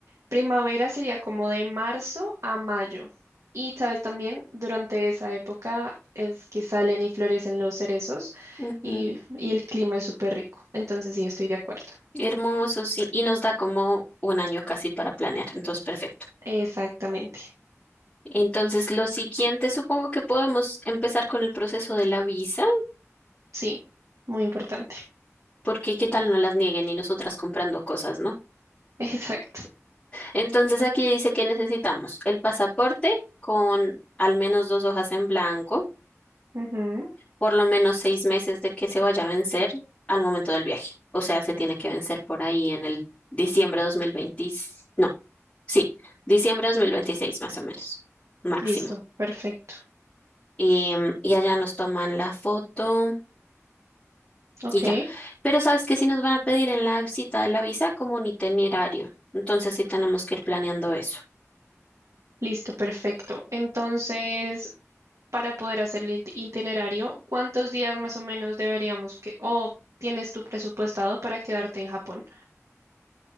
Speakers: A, on the right; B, on the left.
A: Primavera sería como de marzo a mayo. Y sabes también, durante esa época es que salen y florecen los cerezos
B: Ujú,
A: y, y el clima es súper rico. Entonces sí, estoy de acuerdo.
B: Hermoso, sí, y nos da como un año casi para planear, entonces perfecto.
A: Exactamente.
B: Entonces, lo siguiente, supongo que podemos empezar con el proceso de la visa,
A: Sí, muy importante.
B: porque qué tal no las nieguen y nosotras comprando cosas, ¿no?
A: <laughs> Exacto.
B: Entonces, aquí dice que necesitamos el pasaporte con al menos dos hojas en blanco,
A: Ujú.
B: por lo menos seis meses de que se vaya a vencer al momento del viaje. O sea, se tiene que vencer por ahí en el diciembre 2020, no, sí, diciembre 2026 más o menos, máximo.
A: Listo, perfecto.
B: Em, y allá nos toman la foto.
A: Ok,
B: y ya. Pero sabes que si nos van a pedir en la cita de la visa como un itinerario, entonces sí tenemos que ir planeando eso.
A: listo, perfecto. Entonces, para poder hacer el it- itinerario, ¿cuántos días más o menos deberíamos que, o tienes tu presupuestado para quedarte en Japón?